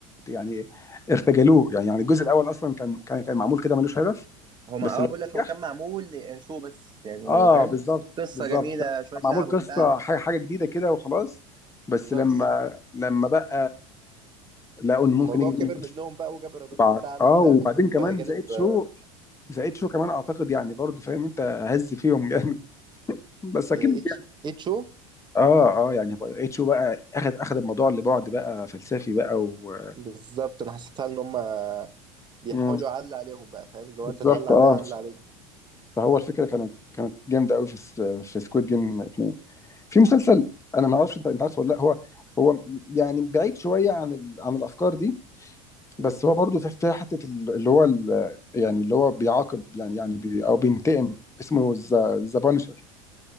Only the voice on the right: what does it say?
هو ما
اه
بقول لك
هو كان معمول شو بس يعني
فاهم
قصه
جميله
شويه
لعب
وبتاع
بالظبط
الموضوع
كبر
منهم بقى وجاب ايرادات
وبتاع قال
لك
لا ناخده في
جانب
آه،
اتش اتش او
بالظبط انا حسيتها ان هم بيحاولوا
يعلى عليهم بقى فاهم اللي
هو انت تعلى عليا
على عليك
امم